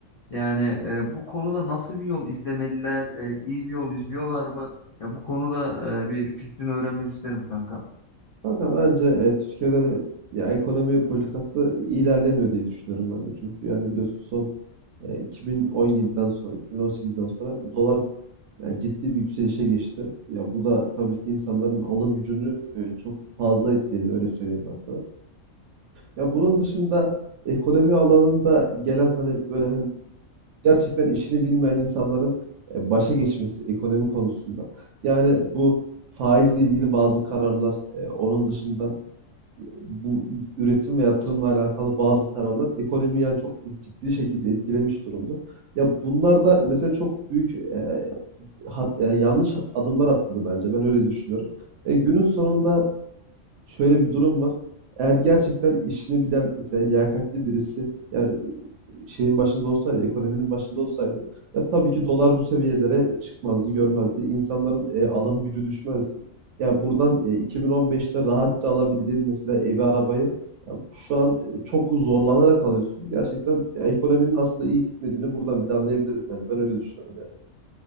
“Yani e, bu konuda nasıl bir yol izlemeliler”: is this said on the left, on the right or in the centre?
Left